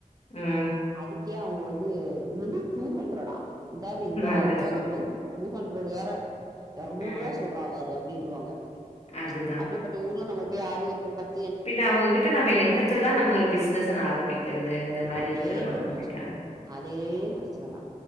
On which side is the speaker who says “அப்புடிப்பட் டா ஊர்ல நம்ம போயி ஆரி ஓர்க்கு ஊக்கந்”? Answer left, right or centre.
Right